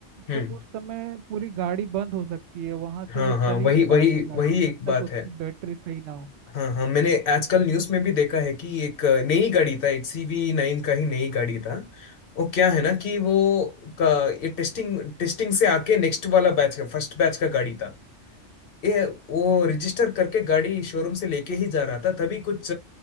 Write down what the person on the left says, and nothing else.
हम्म,
हाँ
हाँ
वही
वही
वही
एक बात
है
हाँ हाँ मैंने आजकल न्यूज़ में भी देखा है कि एक अ, नई गाड़ी था एक सीवी नाइन का ही नई गाड़ी था वो क्या है ना कि वो का ये टेस्टिंग टेस्टिंग से आके नेक्स्ट वाला बैच का फर्स्ट बैच का गाड़ी था ये वो रजिस्टर करके गाड़ी शोरूम से लेके ही जा रहा था तभी कुछ